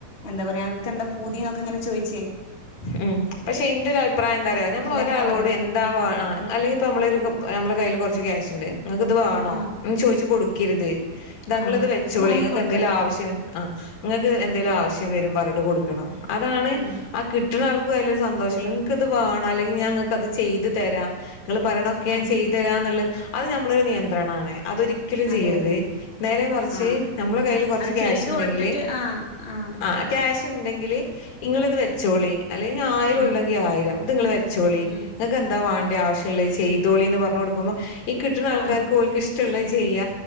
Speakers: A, on the left; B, on the left.
A: എന്താ പറയാ അൻക്കെന്താ. പൂതി ന്നൊക്കെ ഇങ്ങനെ ചോയിച്ചേ.
B: ഉം പക്ഷെ ഇന്റെ ഒരു അഭിപ്രായം എന്താറിയോ ഞമ്മള്
A: ഇല്ലാന്നാ
B: ഒരാളോട്
A: പറയാ
B: എ ന്താ ആ അല്ലെങ്കി ഇപ്പ നമ്മളരു നമ്മളെ കയ്യില് കൊർച്ച് ക്യാഷ്ണ്ട് ഇങ്ങക്ക് ഇത് വേണോ.
A: ആഹ്
B: ഉം ചോയിച്ച് കൊടുക്കര്ത് താങ്കള്
A: ആഹ്
B: ഇത് വെച്ചോളി
A: അത് വാങ്ങിക്കൊടുക്ക
B: ഇങ്ങക്ക് എന്തെലും ആവശ്യം ആഹ്. ഇങ്ങക്ക് എന്തെലും ആവശ്യം വരും പർഞ്ട്ട് കൊടുക്കണം അതാണ്.
A: ആഹ്
B: ആ കിട്ട്ണ ആൾക്കു അയ്ലൊരു സന്തോഷല്ല ഇങ്ങക്ക്ത് വാണോ അല്ലെങ്കി ഞാങ്ങക്കത് ചെയ്ത് തര ക്കള് പറിണൊക്കെ ഞാൻ
A: ആഹ്
B: ചെയ്ത് തരാന്ന്ള്ള അത് ഞമ്മളൊരു നിയന്ത്രണാണ് അതൊരി ക്കലും ചെയ്യര്ത്
A: അതെ അതെ
B: നേരെ മറിച്ച്
A: ആഹ്
B: നമ്മളെ കയ്യില് കൊർച്ച്
A: അത്
B: ക്യാഷ്
A: ചെയ്ത്
B: ഇണ്ടെങ്കില്
A: കൊടുത്തിട്ട് ആഹ് ആഹ്
B: ആ. ക്യാഷ് ഇണ്ടെങ്കില് ഇങ്ങള് ഇത് വെച്ചോളി അല്ലെങ്കി ആയിരം
A: ഉം
B: ഉണ്ടെങ്കി ആയിരം ഇത് ഇങ്ങള് വെ ച്ചോളി
A: ഉം
B: ഇങ്ങക്കെന്താ വാണ്ട്യ
A: അതെ
B: ആവശ്യള്ള ചെയ്തോളിന്ന് പർഞ്ഞ് കൊടുക്ക്മ്പം ഈ കിട്ട്ണ ആൾക്കാര്ക്ക്
A: ആഹ്
B: ഓൽക്കിഷ് റ്റള്ള ചെയ്യ